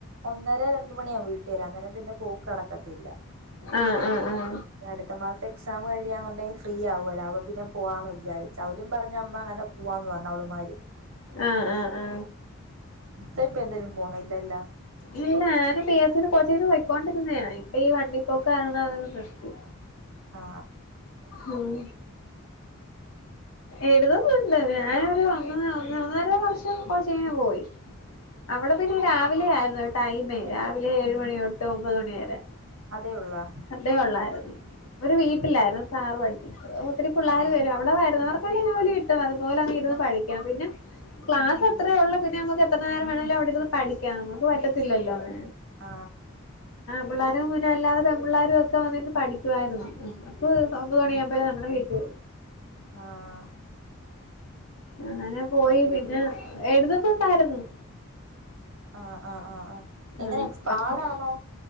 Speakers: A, on the right; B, on the left.
A: ഒന്നര രണ്ട മണിയാവ വീട്ടു വരാം അന്നേരം പിന്നെ പോക്കടക്കത്തില്ല
B: ആഹ് ആഹ് ആഹ്
A: അടുത്ത മാസം എക്സാമ്കഴിയ അല്ലെ ഫ്രീ ആവല്ല അ അവൊ പിന്നെ പോവാന്ന് വിചാരിഅവരും പറഞ്ഞ അന്ന്അങ്ങനെ പോവാന്ന് പറഞ്ഞ അവള്മാര്
B: ആ ആ ആ
A: ഇ ഇപ്പ എന്തേലും പോണില്ലല്ലേ?
B: ഇല്ല ഞാന് പി എസ് സി കോച്ചിന്ന് പോയ്ക്കൊണ്ടിരുന്ന ഇപ്പ ഈ വണ്ടി പോക്ക് ആയതു കൊണ്ട് നിർത്തി
A: ആ
B: ഉം എഴുതുന്നുണ്ട് ഇല്ല ഞാനൊരു ഒന്ന ഒ ഒന്നര വർഷം കൊച്ചേനന് പോയി അവിടെ പിന്നെ രാവിലെ ആയിരുന്നു ടൈമ രാവിലെ ഏഴ് മണി തൊട്ട് ഒമ്പത് മണിവരെ
A: അതേ ഉള്ളാ
B: അതേ ഉള്ളായിരുന്നു. ഒരു വീട്ടിലായിരുന്നു
A: ഉം
B: സാറ് പി ഒത്തിരി പിള്ളോര്
A: ആഹ്
B: വരും അവിടെരുന്നുന്ന അവർ പല ജോലി കിട്ടും അതുപോലെ അങ് ഇരുന്ന് പഠിക്കാം പിന്നെ ക്ലാസ് അത്രേ ഒള്ളൂ പിന്നെ നമ്മക്ക് എത്ര നേരം വേണങ്കിലും അവിടെ ഇരുന്ന് പഠിക്കാം നമ്മക്ക് പറ്റത്തില്ലല്ലോ അങ്ങ
A: ആ
B: പിള്ളാരും പിന്നെ എല്ലാതെ പെൺപിള്ളേരും ഒക്കെ വന്നിര്ന്ന് പഠിക്കുവായിരുന്നു ആ അപ്പ് ഒമ്പത് മണിയാകുമ്പേ
A: ആഹ്
B: ഞങ്ങള വീട്ടിൽ
A: ആഹ്
B: അങ്ങനെ പോയി പിന്നെ എഴുതുന്നുണ്ടായിരുന്നു
A: ആ ആ ആ ആ എങ്ങനെ
B: ആഹ്
A: എക്സ്പാഡ്
B: അപ്പം
A: ആണോ